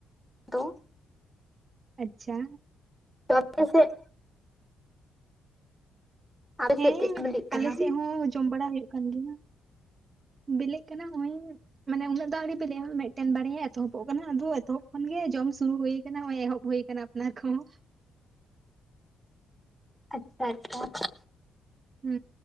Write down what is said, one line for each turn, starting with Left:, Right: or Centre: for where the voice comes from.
Centre: ᱫᱚ
Right: ᱟᱪᱷᱟ
Centre: ᱛᱚ ᱟᱯᱮ ᱥᱮᱜ ᱟᱯᱮ
Right: ᱦᱮ
Centre: ᱥᱮᱫ ᱪᱮᱫ ᱠᱚ ᱵᱤᱞᱤᱜ ᱠᱟᱱᱟ
Right: ᱟᱞᱮ ᱥᱮᱫ ᱦᱚ ᱡᱚᱢ ᱵᱟᱲᱟ ᱦᱩᱭᱩᱜ ᱠᱟᱱ ᱜᱮᱭᱟ ᱵᱮᱞᱮᱜ ᱠᱟᱱᱟ ᱚᱜᱚᱭ ᱢᱟᱱᱮ ᱩᱱᱟᱹᱜ ᱫᱚ ᱟᱣᱨᱤ ᱵᱤᱞᱤᱜ-ᱟ ᱢᱤᱫᱴᱮᱱ ᱵᱟᱨᱭᱟ ᱮᱛᱚᱦᱚᱵᱚᱜ ᱠᱟᱱᱟ ᱟᱫᱚ ᱮᱛᱚᱦᱚᱵ ᱠᱷᱚᱱ ᱜᱮ ᱡᱚᱢ ᱥᱩᱨᱩ ᱦᱩᱭ ᱠᱟᱱᱟ ᱦᱚᱜᱚᱭ ᱮᱦᱚᱵ ᱦᱩᱭ ᱠᱟᱱᱟ <unintelligible>
Centre: ᱟᱪᱷᱟ ᱟᱪᱷᱟ
Right: ᱦᱩ